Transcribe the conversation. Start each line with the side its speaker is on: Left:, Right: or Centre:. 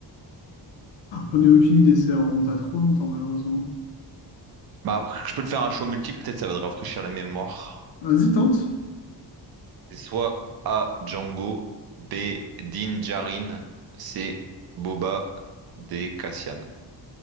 Left: j'en ai aucune idée, ça remonte à trop longtemps, malheureusement.
Right: Bah, après, je peux te faire un choix multiple, peut-être ça va te rafraîchir la mémoire.
Left: Vas-y, tente.
Right: C'est soit A. Django, B. Din Djarin, C. Boba, D. Cassian.